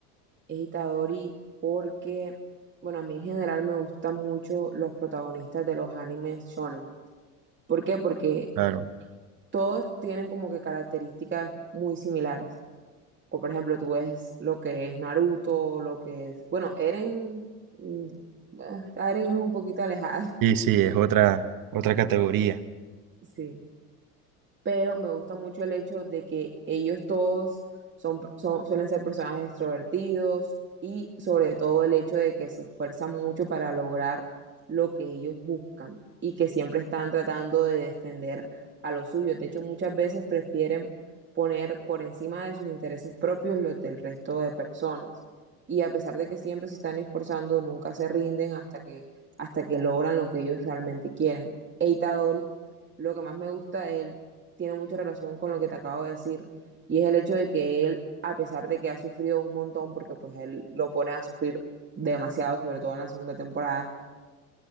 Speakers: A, on the right; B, on the right.
A: Es Itadori porque, bueno, a mí en general me gustan mucho los protagonistas de los animes shonen. ¿Por qué? Porque
B: Claro.
A: todos tienen como que características muy similares. O por ejemplo, tú ves lo que es Naruto, lo que es, bueno, Eren, mm, ah, Eren es un poquito alejado,
B: Sí, sí, es otra, otra categoría.
A: <laughs> sí. pero me gusta mucho el hecho de que ellos todos son, son- suelen ser personajes extrovertidos y sobre todo el hecho de que se esfuerzan mucho para lograr lo que ellos buscan y que siempre están tratando de defender a los suyos. De hecho, muchas veces prefieren poner por encima de sus intereses propios los del resto de personas. Y a pesar de que siempre se están esforzando, nunca se rinden hasta que, hasta que logran lo que ellos realmente quieren. Eita Dori, lo que más me gusta de él tiene mucha relación con lo que te acabo de decir y es el hecho de que él, a pesar de que ha sufrido un montón, porque pues él lo pone a sufrir demasiado, sobre todo en la segunda temporada,